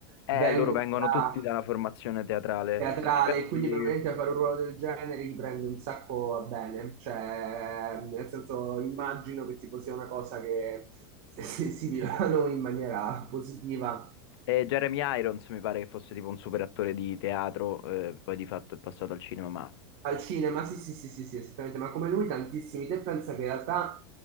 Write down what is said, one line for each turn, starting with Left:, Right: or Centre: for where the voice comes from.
Left: Eh,
Right: vengono
Left: loro vengono
Right: da
Left: tutti dalla formazione teatrale.
Right: teatrale,
Left: Se ci pensi,
Right: quindi probabilmente fare un ruolo del genere gli prende un sacco a bene, cioè nel senso immagino che tipo sia una cosa che <laughs> si, si vivano in maniera positiva
Left: eh, Jeremy Irons mi pare che fosse tipo un super attore di teatro, eh, poi di fatto è passato al cinema, ma
Right: Al cinema, sì, sì, sì, sì, sì, esattamente, ma come lui tantissimi. Te pensa che in realtà